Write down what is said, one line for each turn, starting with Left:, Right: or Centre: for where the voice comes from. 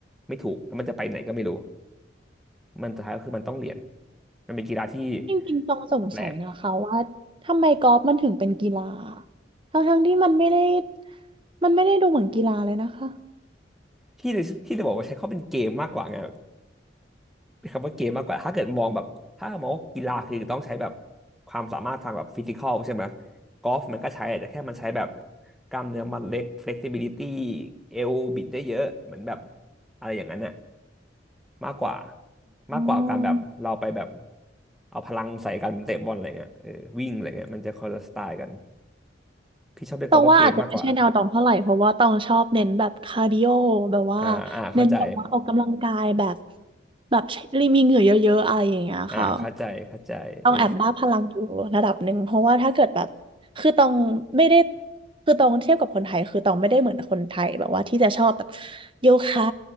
Centre: ไม่ถูกแล้วมันจะไปไหนก็ไม่รู้มันสุดท้ายก็คือมันต้องเหรียนมันเป็นกีฬาที่
Right: ๆจริงๆต้องสงสัยนะคะว่าทำไมกอล์ฟมันถึงเป็นกีฬา
Centre: แปลก
Right: ทั้งๆที่มันไม่ได้มันไม่ได้ดูเหมือนกีฬาเลยนะคะ
Centre: ที่ที่จะบอกว่าใช้เขาเป็นเกมมากกว่าไง คำว่าเกมมากกว่าถ้าเกิดมองแบบถ้ามองว่ากีฬาคือต้องใช้แบบความสามารถทางแบบฟิสิคอลใช่ไหมกอล์ฟมันก็ใช้แหละแต่แค่มันใช้แบบกล้ามเนื้อมัดเล็ก flexibility เอวบิดได้เยอะเหมือนแบบอะไรอย่างนั้นน่ะมากกว่ามากกว่าการแบบเราไปแบบ
Right: อม
Centre: เอาพลังใส่กันเตะบอลอะไรเงี้ยเออวิ่งอะไรเงี้ยมันจะคนละสไตล์กันพี่ชอบเรียกกอล์ฟว่าเกมมากกว่า
Right: ตองว่าอาจจะไม่ใช่แนวตองเท่าไหร่เพราะว่าตองชอบเน้นแบบคาร์ดิโอแบบว่า
Centre: อ่าอ่าเข้าใจ
Right: เน้นแบบว่าออกกำลังกายแบบแบบใช้รีมีเหงื่อเยอะๆอะไรอย่างเงี้ยค่ะ
Centre: อ่าเข้าใจเข้าใจเออ
Right: ต้องแอบบ้าพลังอยู่ระดับหนึ่งเพราะว่าถ้าเกิดแบบคือตองไม่ได้คือตองเทียบกับคนไทยคือตองไม่ได้เหมือนกับคนไทยแบบว่าที่จะชอบแบบโยคะ